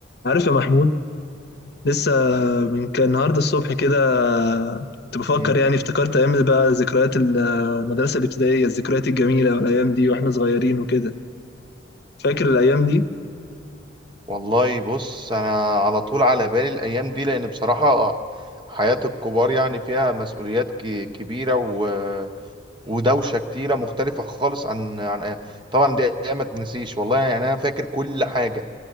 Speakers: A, on the left; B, on the right.
A: عارف يا محمود لسه من كان النهارده الصبح كده كنت بفكر
B: مم.
A: يعني افتكرت ايام بقى ذكريات ال- المدرسه الابتدائيه الذكريات الجميله والايام دي واحنا صغيرين وكده فاكر الايام دي
B: والله بص انا على طول على بالي الايام دي لان بصراحة حياة الكبار يعني فيها مسؤوليات ك- كبيرة و... ودوشة كتيرة مختلفة خالص عن عن أي- طبعا دي ايام ما تنسيش والله يعني انا فاكر كل حاجة